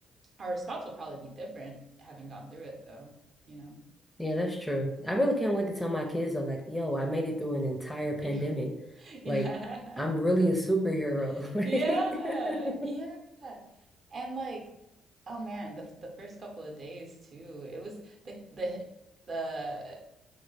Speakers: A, on the right; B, in the centre.
A: our response will probably be different having gone through it though, you know.
B: Yeah, that's true. I really can't wait to tell my kids though, like, yo, I made it through an entire pandemic.
A: <laughs> Yeah. Yeah.
B: Like, I'm really a superhero.
A: <laughs> Yeah,
B: <laughs> Like,
A: yeah. And like, oh man, the the first couple of days too. It was the the the